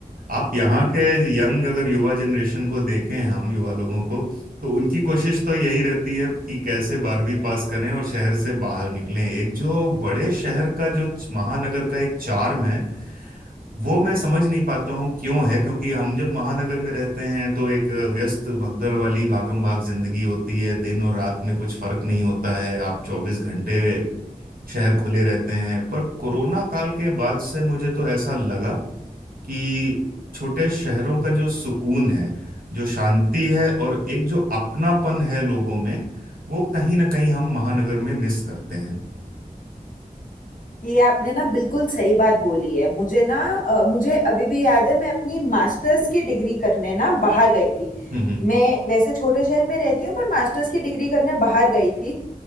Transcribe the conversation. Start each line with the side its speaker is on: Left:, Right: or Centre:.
Right: आप यहाँ के यंग अगर युवा जनरेशन को देखें हम युवा लोगों को तो उनकी कोशिश तो यही रहती है कि कैसे बारहवीं पास करें और शहर से बाहर निकलें एक जो बड़े शहर का जो महानगर का एक चार्म है वो मैं समझ नहीं पाता हूँ क्यों है क्योंकि हम जब महानगर में रहते हैं तो एक व्यस्त भगदड़ वाली भागम भाग जिंदगी होती है दिन और रात में कुछ फर्क नहीं होता है आप चौबीस घंटे शहर खुले रहते हैं पर कोरोना काल के बाद से मुझे तो ऐसा लगा कि छोटे शहरों का जो सुकून है जो शांति है और एक जो अपनापन है लोगों में वो कहीं ना कहीं हम महानगर में मिस करते हैं
Left: ये आपने ना बिल्कुल सही बात बोली है मुझे ना अ, मुझे अभी भी याद है मैं अपनी मास्टर्स की डिग्री करने ना बाहर गई थी
Right: हम्म
Left: मैं वैसे छोटे शहर में रहती हूँ पर मास्टर्स की डिग्री करने बाहर गई थी